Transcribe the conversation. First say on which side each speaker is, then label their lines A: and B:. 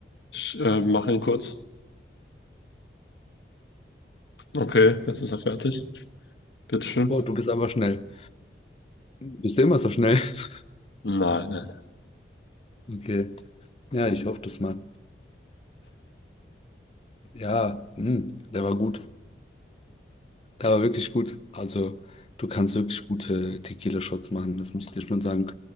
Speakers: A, on the left; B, on the left.
A: ich äh, mache ihn kurz. Okay, jetzt ist er fertig. Bitteschön.
B: Oh, du bist aber schnell. Bist du immer so schnell? <laughs>
A: Nein, nein.
B: Okay. Ja, ich hoffe das mal. Ja, mh, der war gut. Der war wirklich gut. Also, du kannst wirklich gute Tequila-Shots machen, das muss ich dir schon sagen.